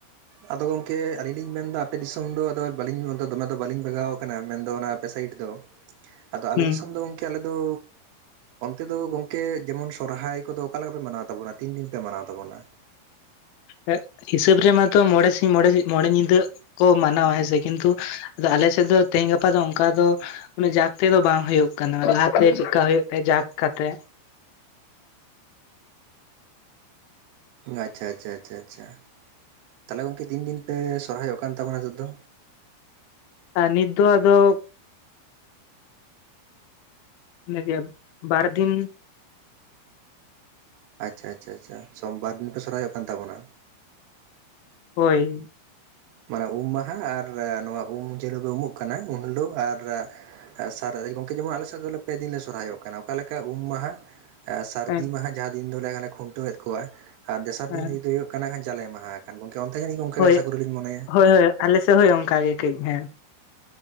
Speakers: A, on the right (about 85°); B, on the left (about 80°).
A: ᱟᱫᱚ ᱜᱚᱝᱠᱮ ᱟᱞᱤᱧ ᱞᱤᱧ ᱢᱮᱱ ᱮᱫᱟ ᱟᱯᱮ ᱫᱤᱥᱚᱢ ᱫᱚ ᱟᱫᱚ <unintelligible> ᱫᱚᱢᱮ ᱫᱚ ᱵᱟᱹᱞᱤᱧ ᱵᱟᱜᱟᱣ ᱟᱠᱟᱱᱟ ᱢᱮᱱᱫᱚ ᱚᱱᱟ, ᱥᱟᱭᱤᱰ ᱫᱚ ᱟᱫᱚ ᱟᱞᱮ
B: ᱦᱩᱸ
A: ᱫᱤᱥᱚᱢ ᱫᱚ ᱜᱚᱝᱠᱮ ᱟᱞᱮ ᱫᱚ ᱚᱱᱛᱮ ᱫᱚ ᱜᱚᱝᱠᱮ ᱡᱮᱢᱚᱱ ᱥᱚᱨᱦᱟᱭ ᱠᱚᱫᱚ ᱚᱠᱟ ᱞᱮᱠᱟ ᱯᱮ ᱢᱟᱱᱟᱣ ᱛᱟᱵᱚᱱᱟ, ᱛᱤᱱ ᱫᱤᱱ ᱯᱮ ᱢᱟᱱᱟᱣ ᱛᱟᱵᱚᱱᱟ?
B: ᱮᱸᱜ ᱦᱤᱥᱟᱹᱵ ᱨᱮᱢᱟ ᱛᱚ ᱢᱚᱬᱮ ᱥᱤᱧ ᱢᱚᱬᱮᱥ ᱢᱚᱬᱮ ᱧᱤᱫᱟᱹ ᱠᱚ ᱢᱟᱱᱟᱣᱟ ᱦᱮᱸᱥᱮ ᱠᱤᱱᱛᱩ ᱟᱫᱚ ᱟᱞᱮ ᱥᱮᱫ ᱫᱚ ᱛᱮᱦᱮᱧ ᱜᱟᱯᱟ ᱫᱚ ᱚᱱᱠᱟ ᱫᱚ ᱚᱱᱮ ᱡᱟᱠ ᱛᱮᱫᱚ ᱵᱟᱝ ᱦᱳᱭᱳᱜ ᱠᱟᱱᱟ ᱞᱟᱦᱟᱛᱮ ᱪᱮᱠᱟ ᱦᱩᱭᱩᱜ ᱛᱟᱦᱮᱱ ᱡᱟᱠ ᱠᱟᱛᱮᱜ,
A: ᱟᱪᱪᱷᱟ ᱟᱪᱪᱷᱟ ᱟᱪᱷᱟ ᱟᱪᱷᱟ, ᱛᱟᱦᱚᱞᱮ ᱜᱚᱝᱠᱮ ᱛᱤᱱ ᱫᱤᱱ ᱯᱮ ᱥᱚᱨᱦᱟᱭᱚᱜ ᱠᱟᱱ ᱛᱟᱵᱚᱱᱟ ᱱᱤᱛᱚᱜ ᱫᱚ?
B: ᱟᱨ ᱱᱤᱛ ᱫᱚ ᱟᱫᱚ ᱚᱱᱮᱡᱮ ᱵᱟᱨ ᱫᱤᱱ
A: ᱟᱪᱪᱷᱟ ᱟᱪᱪᱷᱟ ᱥᱚᱢᱵᱟᱨ ᱫᱤᱱ ᱯᱮ ᱥᱚᱨᱦᱟᱭᱚᱜ ᱠᱟᱱ ᱛᱟᱵᱚᱱᱟ?
B: ᱦᱳᱭ
A: ᱢᱟᱱᱮ ᱩᱢ ᱢᱟᱦᱟᱸ ᱟᱨ ᱱᱚᱣᱟ ᱩᱢ ᱡᱮᱦᱤᱞᱳᱜ ᱩᱢᱩᱜ ᱠᱟᱱᱟ ᱩᱱ ᱦᱤᱞᱳᱜ ᱟᱨ ᱥᱟᱨ ᱜᱚᱝᱠᱮ ᱡᱮᱢᱚᱱ ᱟᱞᱮ ᱥᱮᱫ ᱫᱚ ᱯᱮ ᱫᱤᱱ ᱞᱮ ᱥᱚᱨᱦᱟᱭᱚᱜ ᱠᱟᱱᱟ ᱚᱠᱟ ᱞᱮᱠᱟ ᱩᱢ ᱢᱟᱦᱟᱸ, ᱥᱟᱹᱨᱫᱤ
B: ᱦᱮᱸ
A: ᱢᱟᱦᱟᱸ ᱡᱟᱦᱟᱸ ᱫᱤᱱ ᱫᱚᱞᱮ ᱠᱷᱩᱱᱴᱟᱹᱣᱮᱫ ᱠᱚᱣᱟ ᱟᱨ ᱫᱚᱥᱟᱨ
B: ᱦᱮᱸ
A: ᱫᱤᱱ ᱫᱚ ᱦᱩᱭᱩᱜ ᱠᱟᱱᱟ ᱡᱟᱞᱮ ᱢᱟᱦᱟ᱾ ᱟᱨ ᱜᱚᱢᱠᱮ ᱚᱱᱛᱮ ᱡᱟᱹᱱᱤᱡ ᱚᱱᱠᱟ
B: ᱦᱳᱭ
A: ᱜᱮ ᱟᱥᱟ ᱠᱚᱨᱮᱞᱤᱧ ᱢᱚᱱᱮᱭᱟ,
B: ᱦᱳᱭ ᱦᱳᱭ ᱟᱞᱮ ᱥᱮᱫ ᱦᱳᱭ ᱚᱱᱠᱟᱜ ᱜᱮ ᱠᱟᱹᱡ ᱦᱮᱸ᱾